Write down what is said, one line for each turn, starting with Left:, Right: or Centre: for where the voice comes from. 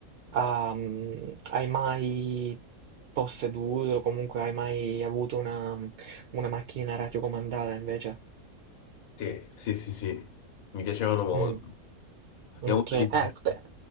Right: ah, mm, hai mai posseduto, comunque hai mai avuto una, una macchina radiocomandata invece?
Left: sì, sì, sì. sì. Mi piacevano molto.
Right: Mm, ok,
Left: Ne ho avuto
Right: eh,
Left: di... diversi.
Right: beh,